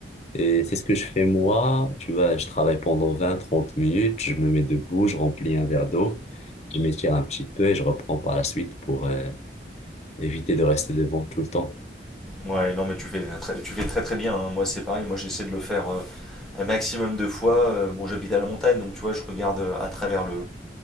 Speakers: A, on the left; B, in the centre.
A: Et c'est ce que je fais moi. Tu vois, je travaille pendant vingt trente minutes, je me mets debout, je remplis un verre d'eau, je m'étire un petit peu et je reprends par la suite pour euh, éviter de rester devant tout le temps.
B: Ouais, non, mais tu fais très, tu fais très très bien. hein. Moi, c'est pareil, moi j'essaie de le faire euh, un maximum de fois. Euh, bon, j'habite à la montagne, donc tu vois, je regarde euh, à travers le,